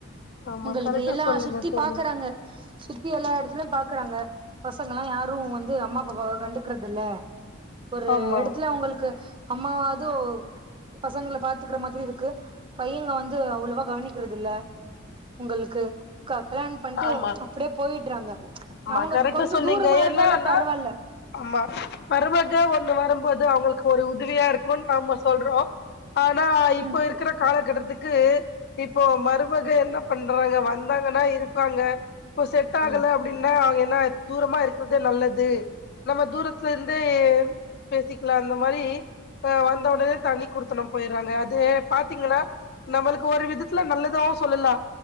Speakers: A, on the left (about 50°); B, on the right (about 25°).
A: ஆமா
B: ஒங்களுக்கு
A: கரெக்டா
B: எல்லா
A: சொன்னீங்க
B: சுத்தி
A: தோழி
B: பாக்குறாங்க சுத்தி எல்லா எடத்துலயு பாக்குறாங்க பசங்கல்லா யாரும் வந்து அம்மா அப்பாவ கண்டுக்கிறதுல்ல ஒரு
A: ஆமா
B: எடத்துல ஒங்களுக்கு அம்மாவாது ஒ பசங்கள பாத்துக்கற மாதிரி இருக்கு பையங்க வந்து அவ்ளவா கவனிக்கிறதுல்ல உங்களுக்கு க கல்யாணம் பண்ட்டு
A: ஆமா
B: அப்டியே போயிட்றாங்க
A: ஆமா
B: அவுங்க
A: கரெக்டா
B: கொஞ்சோ
A: சொன்னீங்க
B: தூரமா இருந்தாலும்
A: என்னன்னா
B: பரவாயில்ல
A: ஆமா மருமக ஒண்ணு வரும்போது அவுங்களுக்கு ஒரு உதவியா இருக்கும் நாம சொல்றோ ஆனா
B: ம்
A: இப்போ இருக்கிற காலகட்டத்துக்கு இப்போ மருமக என்ன பண்றாங்க வந் வந்தாங்கனா இருப்பாங்க இப்ப செட் ஆகல
B: ம்
A: அப் அப்டினா அவுங்க என்ன தூரமா இருக்கறதே நல்லது நம்ம தூரத் லருந்தே பேசிக்லா அந்த மாரி அ வந்த உடனே தனி குடுத்தனம் போயிர்றாங்க அது பாத்தீங்கனா நம்மளுக்கு ஒரு விதத்துல நல்லதாவு சொல்லலா